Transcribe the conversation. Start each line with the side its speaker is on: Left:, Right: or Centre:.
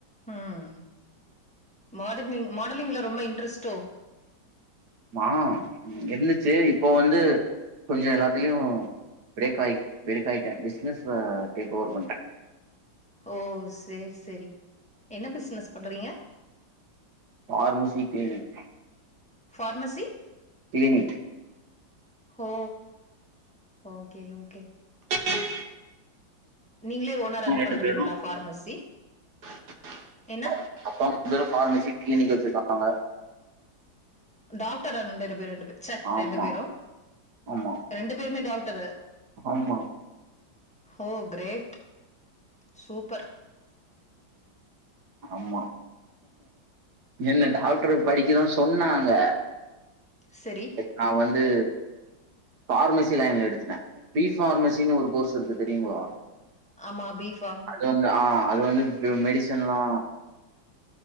Centre: ம் மாடலிங் மாடலிங்ல ரொம்ப இன்ட்ரஸ்ட்டோ
Right: ஆ இருந்துச்சு இப்போ வந்து கொஞ்சோ எல்லாத்லயு ப்ரேக் ஆ பிரிக் ஆயிட்டே பிசினஸ்ல டேக் ஓவர் பண்ட
Centre: ஓ செர் செரி என்ன பிஸ்னஸ் பண்றீங்க
Right: ஃபார்மசி க்ளினிக்
Centre: ஃபார்மசி
Right: க்ளினிக்
Centre: ஓ ஓகே ஓகே
Right: <inaudible>
Centre: நீங்களே ஓனா ரன்
Right: ரெண்டு
Centre: பண்றீங்ளா
Right: பேரு
Centre: ஃபார்மசி
Right: <inaudible>
Centre: என்ன
Right: அப்பா அம்மா வந்து ஃபார்மசி கிளினிக் வச்சிருக்காங்க
Centre: டாக்டரா ரெண்டறு ரெண்டு பேரு ரெண்டு பே
Right: ஆமா
Centre: ரெண்டு பேரு
Right: ஆமா
Centre: ரெண்டு பேருமே டாக்டரு
Right: ஆமா
Centre: ஓ கிரேட் சூப்பர்
Right: ஆமா என்ன டாக்டர்க் படிக்கதா சொன்னாங்க
Centre: செரி
Right: நா வந்து ஃபார்மசி லைன்ல எடுத்துட்ட பி பார்மசின்னு ஒரு கோர்ஸ் இருக்கு தெரியுங்ளா
Centre: ஆமா பி ஃபாம்
Right: அது வந்து ஆ அது வந்து மெடிசன்லா